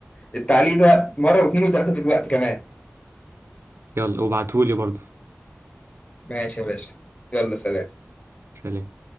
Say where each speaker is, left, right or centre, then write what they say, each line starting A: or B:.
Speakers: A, on the left; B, on the right.
A: التعليق ده مره واثنين وثلاثه دلوقتي كمان
B: يلا وابعتهولي برضو
A: ماشي يا باشا يلا سلام
B: سلام